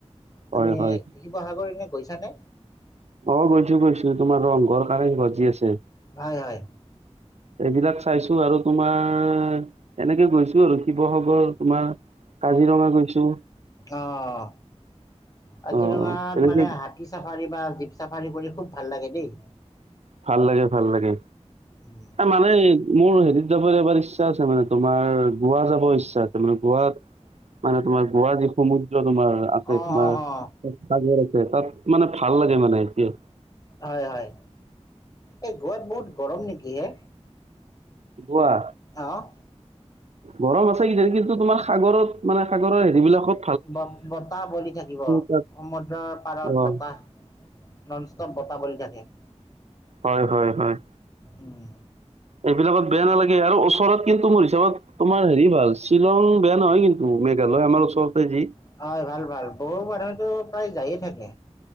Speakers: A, on the left; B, on the right.
A: তুমি
B: হয়-হয়
A: শিৱসাগৰ এনে গৈছানে
B: অ' গৈছো-গৈছো তোমাৰ ৰং বৰ কাৰে ভজি আছে
A: হয় হয়
B: এইবিলাক চাইছো আৰু তোমাৰ এনেকে গৈছো আৰু শিৱসাগৰ তোমাৰ কাজিৰঙা গোইছো।
A: অ' কাজিৰঙাত
B: অ এনেকে
A: মানে হাতী চাফাৰী বা চাফাৰী কৰি খুব ভাল লাগে দেই।
B: ভাল লাগে ভাল লাগে
A: উম।
B: মানে মোৰ হেতিত যাবলৈ এবাৰ ইচ্ছা আছে মানে তোমাৰ গোৱা যাব ইচ্ছা আছে মানে গোৱাত মানে তোমাৰ গোৱা যিসমূহ তোমাৰ আছে
A: অ অ
B: তোমাৰাগ
A: অ
B: আছে তাত মানে ভাল লাগে মানে এতিয়া
A: হয়-হয় এই গোৱাত বহুত গৰম নেকি এ?
B: গোৱা
A: অহ,
B: গৰম আছে কিজানো কিন্তু তোমাৰ সাগৰত মানে সাগৰৰ হেৰি বিলাকত
A: ব বতাহ বলি থাকিব
B: তাত
A: সমুদ্ৰৰ পাৰত
B: অ
A: বতাহ। নন ষ্টপ বতাহ বলি থাকে।
B: হয়-হয়-হয়
A: উম।
B: এইব। বিলাকত বেয়া নালাগে আৰু ওচৰত কিন্তু মোৰ হিচাপত তোমাৰ হেৰি ভাল শ্বিলং বেয়া নহয় কিন্তু মেঘালয়। আমাৰ ওচৰতে যি।
A: হয় ভাল-ভাল বহু মানুহেতো প্ৰায় যায়ে থাকে।